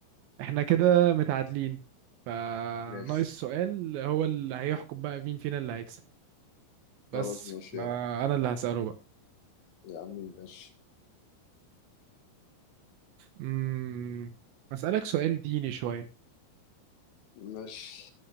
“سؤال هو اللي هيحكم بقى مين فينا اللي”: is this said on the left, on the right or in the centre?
Right